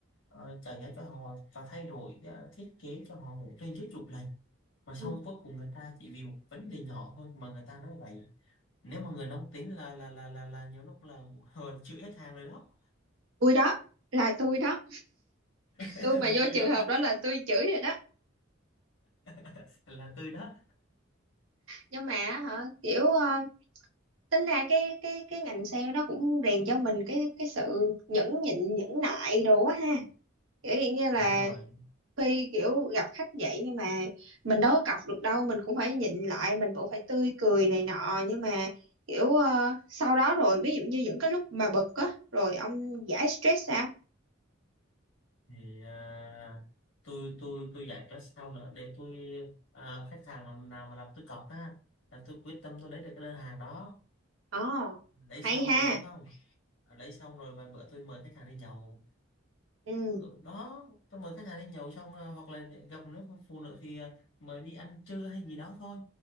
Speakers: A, on the left (about 65°); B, on the right (about 75°).
A: ờ, chào giá cho họ và thay đổi ờ, thiết kế cho họ cũng trên dưới chục lần mà xong
B: Ừ,
A: cuối cùng người ta chỉ vì một vấn đề nhỏ thôi mà người ta nói vậy nếu mà người nóng tính là là là là là nhiều lúc là hờ chịu hết hàng rồi đó
B: tôi đó là tôi đó
A: <laughs>
B: tôi mà
A: là
B: vô
A: tôi
B: trường
A: đó hả
B: hợp đó là tôi chửi rồi đó
A: <laughs> là tôi đó
B: nhưng mà á hả kiểu ờ, tính ra cái cái cái ngành sale đó cũng rèn cho mình cái cái sự nhẫn nhịn nhẫn nại đồ quá ha kiểu hiện như là
A: đúng rồi
B: khi kiểu gặp khách vậy nhưng mà mình đâu có cọc được đâu mình cũng phải nhịn lại mình cũng phải tươi cười này nọ nhưng mà kiểu ờ, sau đó rồi ví dụ như những cái lúc mà bực á rồi ông giải stress sao
A: thì à, tôi tôi tôi giải quyết xong nữa để tôi à, khách hàng mà- nào mà làm tôi cọc á là tôi quyết tâm tôi lấy được cái đơn hàng đó
B: ồ
A: lấy
B: hay
A: xong
B: ha
A: rồi đúng không À, lấy xong rồi vài bữa tôi mời khách hàng đi nhậu
B: ừ
A: tôi đó tôi mời khách hàng đi nhậu xong à, hoặc là gặp nếu phụ nữ thì à, mời đi ăn trưa hay gì đó thôi